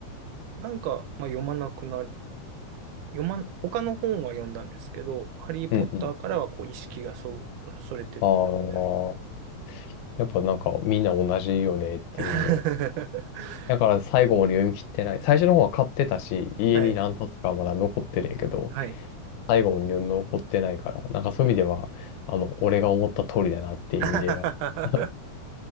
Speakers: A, on the right; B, on the left.
A: なんか、まあ読まなくなる、読まん、他の本は読んだんですけど、ハリー・ポッターからはこう意識がそ、
B: うん、うん。
A: それてったみたいな。
B: ああ、やっぱなんかみんな同じよねっていう
A: <laughs>
B: だから最後まで読み切ってない。最初の方は買ってたし、家に何冊かはまだ残ってるんやけど、
A: はい。はい。
B: 最後まで残ってないから、なんかそういう意味では、あの、俺が思った通りだなっていう意味では、
A: <laughs>
B: <laughs>